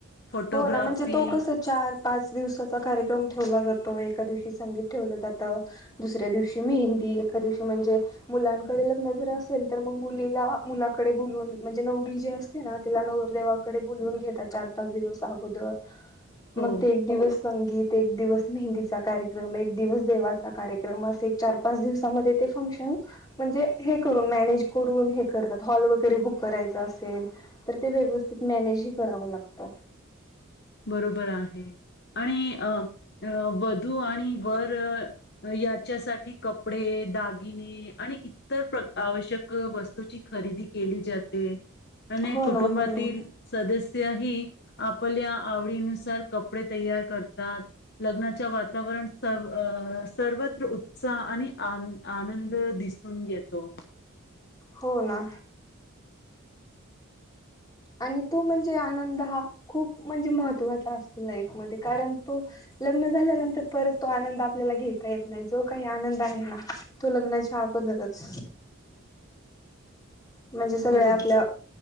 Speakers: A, on the left; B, on the left.
A: फोटोग्राफी
B: हो ना म्हणजे तो कस चार पाच दिवसाचा कार्यक्रम ठेवला जातो. एका दिवशी संगीत ठेवलं जातं दुसऱ्या दिवशी मेहंदी एका दिवशी म्हणजे मुलांकडे लग्न जर असेल तर मग मुलीला मुलाकडे बोलूवन म्हणजे नवरी जे असते ना त्याला नवर देेवाकडे बोलवून घेतात चार पाच दिवस अगोदर. मग
A: हो,
B: ते एक दिवस संगीत एक दिवस मेहंदीचा कार्यक्रम एक दिवस देवाचा कार्यक्रम असे चार पाच दिवसामध्ये ते फंक्शन म्हणजे हे कर मनेज करून हे करतात. हॉल वगैरे बुक करायच असेल तर व मॅनेज ह करावं लागत.
A: बरोबर आहे आणि वधू आणि वर याच्यासाठी क कपडे दागिने आणि इतर आवश्यक वस्तूची खरेदी केली जाते. अनेक
B: हो
A: कुटुंबातील
B: ना हो ना
A: सदस्य ही आपल्या आवडी नुसार कपडे तयार करतात लग्नाच्या वातावरण स सर्वत्र उत्साह आणि आनंद दिसून येतो.
B: हो ना आणि तो म्हणजे आनंद हा खूप म्हणजे महत्वाचा असतो. लाईफ मध्ये कारण तो लग्न झाल्यानंतर परत तो आनंद आपल्याला घेता येत नाही. जो काही आनंद आहे. ना तो लग्नाच्या अगोदरच. म्हणजे सगळ्या
A: बरोबर.
B: आपल्या